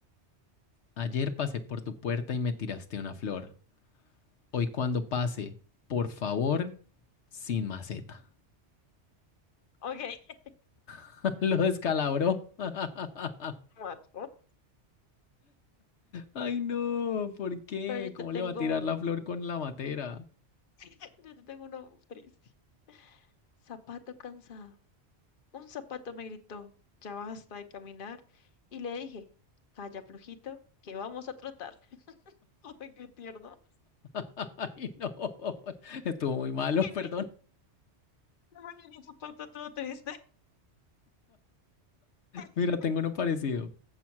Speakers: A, on the left; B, on the left.
A: Ayer pasé por tu puerta y me tiraste una flor. Hoy cuando pase, por favor, sin maceta.
B: Ok.
A: <laughs> Lo descalabró. <laughs>
B: Mató.
A: Ay, no, ¿por qué?
B: Pero yo te
A: ¿Cómo
B: tengo
A: le va a tirar
B: uno.
A: la flor con la matera?
B: <laughs> Yo te tengo uno triste. Zapato cansado. Un zapato me gritó, ya basta de caminar. Y le dije, calla flojito, que vamos a trotar. <laughs> Ay, qué tierno.
A: <laughs> Ay, no. Estuvo muy malo,
B: Viene,
A: <laughs> perdón.
B: No me viene un zapato todo triste. <laughs>
A: Mira, tengo uno parecido.